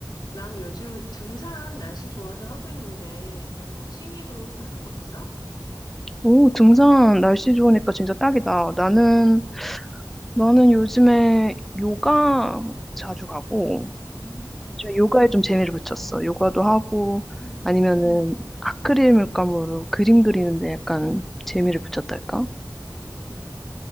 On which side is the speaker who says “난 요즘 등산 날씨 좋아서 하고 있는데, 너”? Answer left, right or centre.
Left